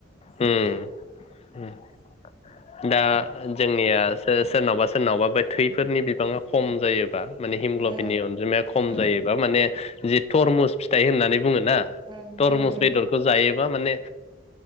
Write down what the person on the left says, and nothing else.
हम
हम सम द दा जोंनिया सोरनावबा सोरनावबा बे थैफोरनि बिबाङा खम जायोबा माने हिमग्लबिननि
अनजिमाया खम
जायोबा माने जि थरमुस फिथाइ होननानै बुङ ना
तरमुस
बेदरखौ जायो बा माने